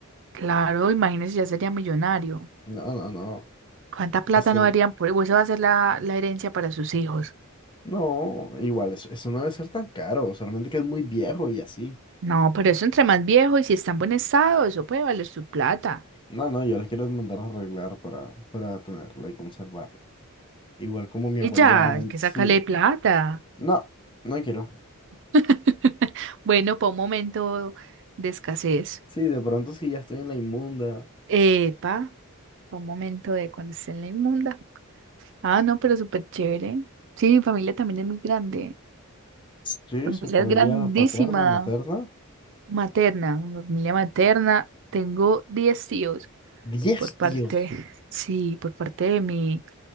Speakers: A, on the right (about 55°); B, on the left (about 20°).
A: Claro, imagínese, ya sería millonario.
B: No, no, no.
A: ¿Cuánta plata
B: Eso,
A: no darían por eso? Esa va a ser la, la herencia para sus hijos.
B: no, igual, eso, eso no debe ser tan caro, solamente que es muy viejo y así.
A: No, pero eso entre más viejo y si está en buen estado, eso puede valer su plata.
B: No, no, yo las quiero mandar a arreglar para, para tenerla y conservarla. Igual como mi
A: Y
B: abuela
A: ya,
B: ya,
A: hay que
B: sí.
A: sacarle plata.
B: No, no quiero.
A: <laughs> Bueno, para un momento de escasez.
B: Sí, de pronto si ya estoy en la inmunda.
A: Epa, fue un momento de cuando esté en la inmunda. Ah, no, pero súper chévere. Sí, mi familia también es muy grande.
B: Sí,
A: Mi
B: su
A: familia
B: familia
A: es grandísima.
B: paterna, materna.
A: Materna, mi familia materna. Tengo 10 tíos
B: Diez
A: por parte,
B: tíos.
A: sí, por parte de mi,